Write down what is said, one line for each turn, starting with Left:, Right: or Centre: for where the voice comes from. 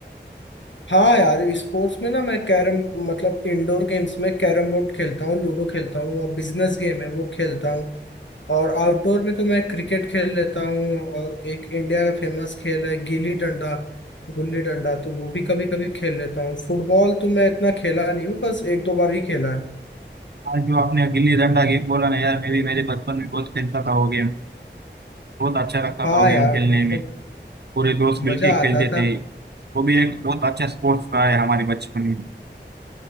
Left: हाँ यार स्पोर्ट्स में ना मैं कैरम मतलब इंडोर गेम्स में कैरम बोर्ड खेलता हूँ लूडो खेलता हूँ और बिजनेस गेम है वो खेलता हूँ और आउटडोर में तो मैं क्रिकेट खेल लेता हूँ और एक इंडिया का फेमस खेल है गिल्ली डंडा गुल्ली डंडा तो वो भी कभी कभी खेल लेता हूँ फुटबॉल तो मैं इतना खेला नहीं हूँ बस एक दो बार ही खेला है
Right: आज जो आपने गिल्ली डंडा गेम बोला ना यार मैं भी मेरे बचपन में बहुत खेलता था वो गेम बहुत अच्छा लगता
Left: हाँ
Right: था वो गेम
Left: यार
Right: खेलने
Left: मतलब
Right: में पूरे दोस्त मिलके
Left: मजा
Right: खेलते
Left: आता था
Right: थे वो भी एक बहुत अच्छा स्पोर्ट्स रहा है हमारे बचपन में